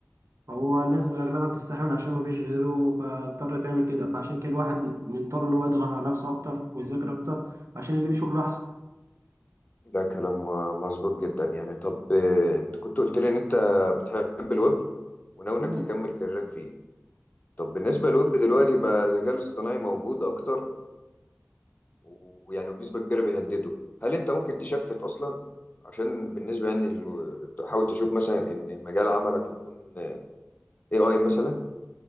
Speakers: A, on the right; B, on the left.
A: هو الناس اغلبها بتستحمل عشان مفيش غيره فاضطر تعمل كده فعشان كده الواحد مضطر ان هو يضغط على نفسه اكتر ويذاكر اكتر عشان يجيب شغل احسن
B: ده كلام م- مظبوط جدا يعني طب آه، أنت كنت قلت لي إن أنت بتحب الويب وناوي
A: أيوة.
B: إنك تكمل كاريرك فيه طب بالنسبة للويب دلوقتي بقى الذكاء الاصطناعي موجود أكتر ويعني بنسبة كبيرة بيهدده هل أنت ممكن تشفت أصلا عشان بالنسبة يعني ال- تحاول تشوف مثلا إن مجال عملك يكون آه، AI مثلا